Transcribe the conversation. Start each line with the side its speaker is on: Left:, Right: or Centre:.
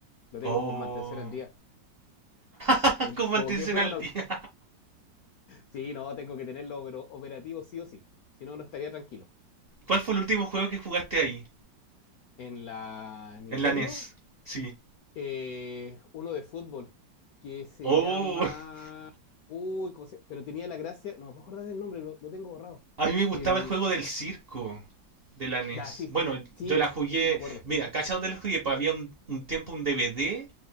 Left: lo tengo
Right: Oh,
Left: con mantención al día.
Right: <laughs>
Left: Como,
Right: con mantención
Left: como que fuera
Right: al
Left: un,
Right: día.
Left: au- Sí, no, tengo que tenerlo pero operativo sí o sí. Si no, no estaría tranquilo.
Right: ¿Cuál fue el último juego que jugaste ahí?
Left: En la Nintendo,
Right: En la NES. Sí.
Left: eh, uno de fútbol que se
Right: Oh,
Left: llama. Uy, ¿cómo se- pero tenía la gracia. No me acuerdo del nombre, lo, lo tengo borrado.
Right: A mí me gustaba
Left: El.
Right: el juego del circo de la NES.
Left: Ya, sí,
Right: Bueno,
Left: sí,
Right: yo la jugué.
Left: sí, me acuerdo.
Right: Mira, ¿cachai dónde la jugué? Pues había un, un tiempo un DVD